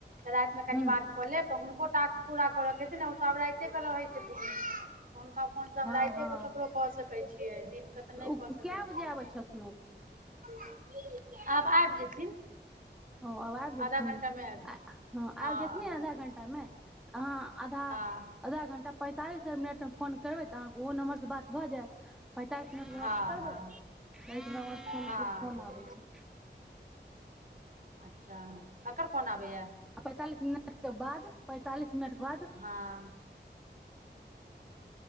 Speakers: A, on the right; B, in the centre.
A: राति मे कनि
B: हूँ
A: बात कऽ लेब तऽ ह कोोटााक पूरा करऽके हेन ने ओ तऽ आब राइते के रहै छथिन कोनका फोन समला
B: हँ हँ
A: छै ककरो कऽ सकैत छी क दिन तऽ नहि
B: ओ
A: कऽ सकै
B: कए बजे
A: छियै
B: आबै छथुन ओ
A: <unintelligible> आब आबि जेथिन
B: ओ आब आबि जयथिन
A: आधा घण्टामे आबि जेथिन
B: हँ आबि जथिन
A: आब
B: आधा
A: आबि जेथिन
B: घंटामे अहाँ आधा
A: हँ
B: आधा घंटा पैंतालिस करबै तऽ आहा के ओ नम्बर बात भऽ जायत पैंतालस मिनटके
A: हँ
B: बाद करबै
A: हँ
B: द
A: हँ
B: फो फोन आबै छै
A: अच्छा ककरड़ फोन आबैए
B: आ पैंतालीस मिनट के बाद पैंतालिस मिनट ार
A: हँ